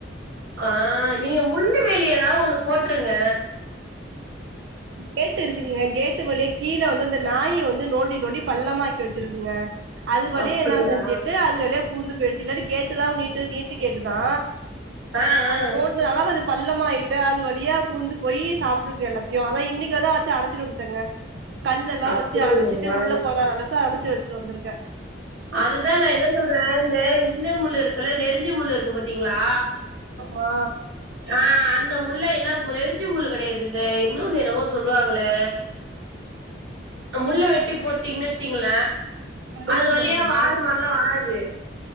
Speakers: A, on the right; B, on the right.
A: ஆ நீங்க முள்ளு வேலி ஏதாவுது ஒண்ணு போட்ருங்க
B: கேட்டு இருக்குங்க கேட்டு வழியே கீழே வந்து இந்த நாயி வந்து நோண்டி நோண்டி பள்ளமாக்கி வெச்சுருக்குங்க அது வழியா
A: அப்படியா
B: என்ன செஞ்சிட்டு அது வழியா பூந்து போயிடுச்சு இல்லாட்டி கேட்டுதா நீட்டு நீட்டு கேட்டுதா
A: ஆ ஆ
B: அது தோன்றனால கொஞ்சோ பள்ளமாயிட்டு அது வழியா பூந்து போயி சாப்ட்ருக்கு எல்லாத் யோ அதா இன்னைக்குதா வச்சி அடச்சிட்டு வந்துட்டங்க கல்லல்லா
A: அப்படியா
B: வச்சி அடச்சிட்டு உள்ள போகாத அளவுக்கு இப்போ அடச்சு வெச்சிட்டு வந்துருக்க
A: அதுதா நா என்ன சொல்ற இந்த இந்த முள்ளு இருக்குல்ல நெருஞ்சி முள்ளு இருக்கு பாத்தீங்களா
B: ஆமா
A: ஆ அந்த முள்ள என்ன நெருஞ்ச்சி முள்ளு கெடையாது இந்த இன்னொன்னு என்னவோ சொல்லுவாங்களே முள்ள வெட்டி போட்டீங்கன்னு வெச்சீங்கள
B: கருவறு
A: அது வழியா
B: மரமா
A: வாடு மாடுல்லா வராது